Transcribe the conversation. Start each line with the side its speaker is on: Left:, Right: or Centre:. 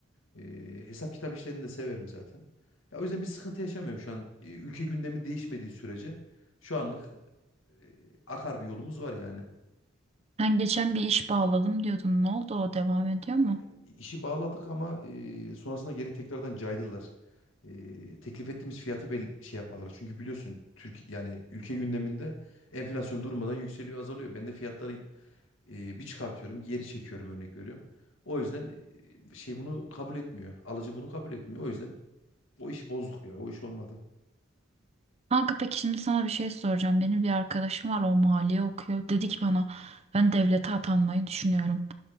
Left: Ee, hesap kitap işlerini de severim zaten. Ya o yüzden bir sıkıntı yaşamıyorum şu an. Ee, Ülke gündemi değişmediği sürece şu anlık e, akar bir yolumuz var yani.
Right: sen geçen bir iş bağladım diyordun. Ne oldu o devam ediyor mu?
Left: E, İşi bağladık ama e, sonrasında geri tekrardan caydılar. E, teklif ettiğimiz fiyatı bel şey yapmadılar. Çünkü biliyorsun Türk yani ülke gündeminde enflasyon durmadan yükseliyor, azalıyor. Ben de fiyatları E, bir çıkartıyorum, geri çekiyorum örnek veriyorum. O yüzden e, şey bunu kabul etmiyor. Alıcı bunu kabul etmiyor. O yüzden o işi bozduk ya. O iş olmadı.
Right: Kanka peki şimdi sana bir şey soracağım. Benim bir arkadaşım var o maliye okuyor. Dedi ki bana ben devlete atanmayı düşünüyorum.